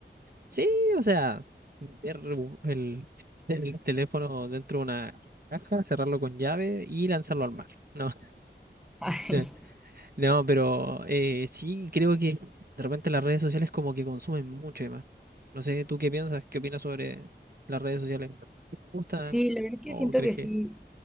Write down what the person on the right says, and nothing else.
Sí, o sea, meter el, el teléfono dentro de una caja, cerrarlo con llave y lanzarlo al mar. No,
<laughs> no, pero eh, sí creo que de repente las redes sociales como que consumen mucho y más. No sé, ¿tú qué piensas? ¿Qué opinas sobre las redes sociales? ¿Te gustan
o
crees
que...